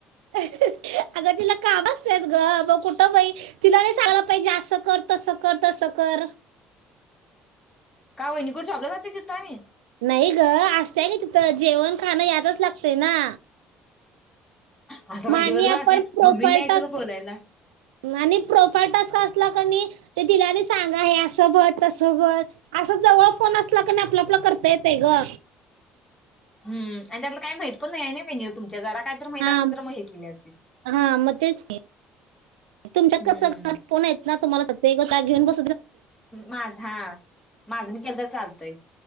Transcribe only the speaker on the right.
अगं तिला का बसतेस ग म कुठंबई तिला नाही सांगलं पाहिजे असं कर तसं कर तसं कर
नाही ग असतय क तिथं जेवण खाणं यातच लागतय ना
मानयाण
फोफलतात
आणि प्रॉपर टच क असला क नाही ते तिलानी सांगा हे असं भर तसं भर असं जवळ फोन असला क नाही आपलं आपला करता येतय ग
हा
हा मग तेच तुमच्यात
कस फोन आहेत ना तुम्हाला स गता घेऊन बघ